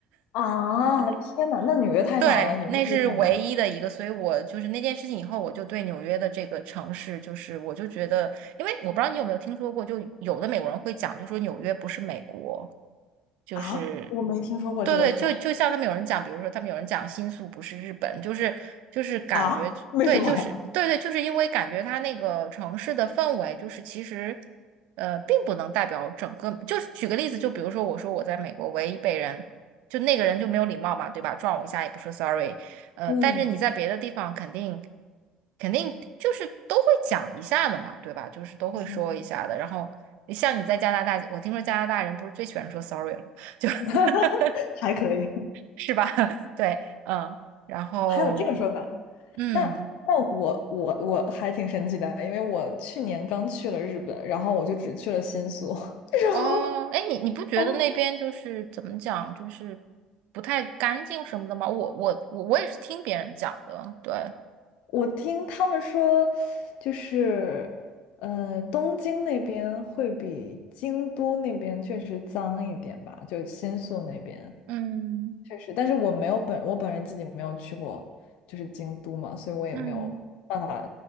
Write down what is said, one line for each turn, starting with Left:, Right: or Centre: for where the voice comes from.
Left: 啊，天哪，那纽约太忙了，
Right: 对，
Left: 纽约确实太忙了。
Right: 那是唯一的一个，所以我就是那件事情以后，我就对纽约的这个城市，就是我就觉得，因为我不知道你有没有听说过，就有的美国人会讲，就说纽约不是美国，就是，
Left: 啊，我没听说过这个说法
Right: 对对，就就像他们有人讲，比如说他们有人讲新宿不是日本，就是就是感觉对，
Left: 啊，<laughs> 为什么？
Right: 就是对对，
Left: <laughs>
Right: 就是因为感觉它那个城市的氛围，就是其实呃并不能代表整个，就是举个例子，就比如说我说我在美国为一被人。就那个人就没有礼貌嘛，对吧？撞我一下也不说 sorry，呃，
Left: 嗯
Right: 但是你在别的地方肯定肯定就是都会讲一下的嘛，对吧？就是都会说一下的。
Left: 嗯，
Right: 然后像你在加拿大，我听说加拿大人不是最喜欢说 sorry 了吗，就
Left: <laughs>
Right: <laughs>
Left: 还可以
Right: 是吧？<laughs> 对，嗯，然后
Left: <laughs>，还有这个说法。
Right: 嗯，
Left: 那那我我我还挺神奇的，因为我去年刚去了日本，然后我就只去了新宿，<laughs> 然后
Right: 哦，哎，你你不觉得那边就是怎么讲，
Left: 然后。
Right: 就是不太干净什么的吗？我我我我也是听别人讲的，对，
Left: 我听他们说，就是，呃，东京那边会比京都那边确实脏一点吧，就新宿那边
Right: 嗯
Left: 确实，但是我没有本我本人自己没有去过，就是京都嘛，所以我也没有办法
Right: 嗯。